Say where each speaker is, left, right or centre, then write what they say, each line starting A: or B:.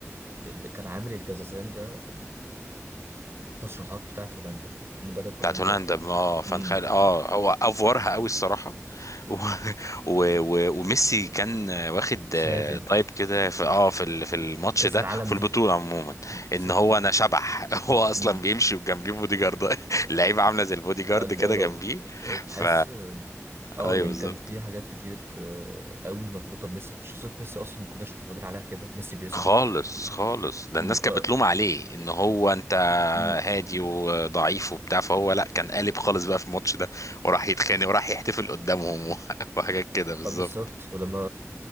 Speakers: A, on the right; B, on the left.
A: اللي كان عامل الجزازان ده التشريحات بتاعت هولندا مدرب هولندا
B: بتاعت هولندا
A: وبتاع
B: اه فان
A: امم
B: خال اه هو افورها قوي الصراحة <laughs> و... و... و... وميسي كان واخد
A: شهادة
B: آه، تايب كده في اه في ال- في الماتش
A: كأس
B: ده
A: العالم
B: وفي البطولة
A: دي
B: عموما
A: بالظبط
B: ان هو انا شبح <laughs> هو اصلا
A: امم
B: بيمشي وجنبيه بودي جارد اللعيبة <laughs> عاملة زي البودي جارد
A: الإيراد
B: كده جنبيه
A: تحس
B: ف
A: اه
B: ايوه
A: يعني
B: بالظبط
A: كان في حاجات كتير آه، قوي مربوطة بميسي شخصية ميسي أصلا ما كناش متعودين عليها كده ميسي بيسكت
B: خالص خالص ده
A: ب-
B: الناس كانت
A: آه،
B: بتلوم عليه ان هو انت
A: امم
B: هادي وضعيف وبتاع فهو لا كان قالب خالص بقى في الماتش ده وراح يتخانق وراح يحتفل قدامهم و- <laughs> وحاجات كده بالظبط
A: آه، بالظبط ولما